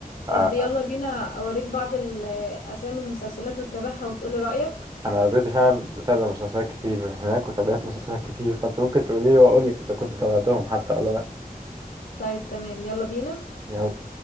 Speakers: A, on the right; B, on the left.
A: آه،
B: طب يلا بينا اوريك بعض الاسامي المسلسلات واتبعها وتقولي رأيك
A: انا اوريدي فعلا بتابع مسلسلات كتير من هناك وتابعت مسلسلات كتير فانت ممكن تقولي لي واقول لك اذا كنت تابعتهم حتى ولا لا
B: طيب تمام يلا بينا
A: يلا